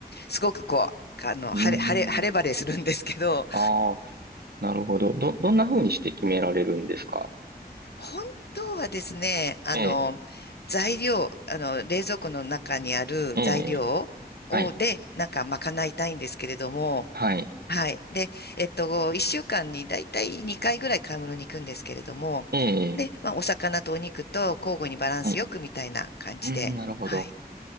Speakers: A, on the left (about 75°); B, on the right (about 70°).
A: すごくこう、あの、
B: うーん。
A: 晴れ、晴れ、晴れ晴れするんですけど、
B: ああ、なるほど。ど、どんな風にして決められるんですか
A: 本当はですね、あの、
B: ええ、
A: 材料、あの、冷蔵庫の中にある材料を、
B: ええ、はい、
A: で、なんか賄いたいんですけれども、
B: はい、
A: はい。で、えっと、1週間にだいたい2回ぐらい買い物に行くんですけれども、
B: ええ、
A: で、まあ、お魚とお肉と交互にバランスよくみたいな感じで、
B: はい。うーん、なるほど。
A: はい。